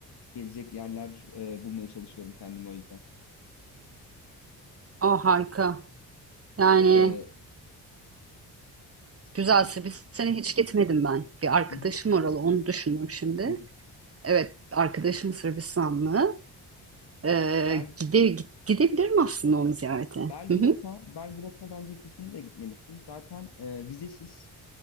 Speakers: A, on the left (about 65°); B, on the right (about 30°).
A: Gezecek yerler e, bulmaya çalışıyorum kendime o yüzden.
B: o harika. Yani
A: E, sen?
B: güzel Sırbistan'a hiç gitmedim ben. Bir arkadaşım
A: Hı hı,
B: oralı onu düşündüm şimdi.
A: hı hı.
B: Evet arkadaşım Sırbistanlı. Ee,
A: Bel,
B: gide, gidebilirim aslında onu ziyarete.
A: Belgrad'a,
B: Hı hı.
A: Belgrad'a bence kesinlikle gitmelisin. Zaten e, vizesiz.